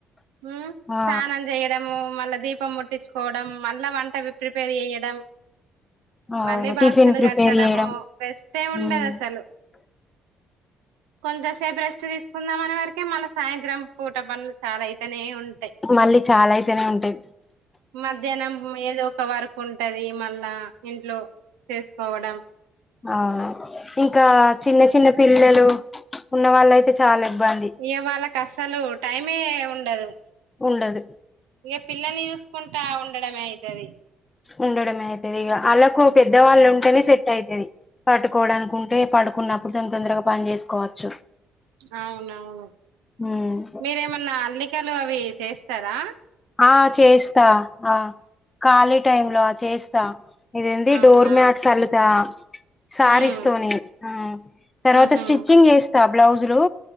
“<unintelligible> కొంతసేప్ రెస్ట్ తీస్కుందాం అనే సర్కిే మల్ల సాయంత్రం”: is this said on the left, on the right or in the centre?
Right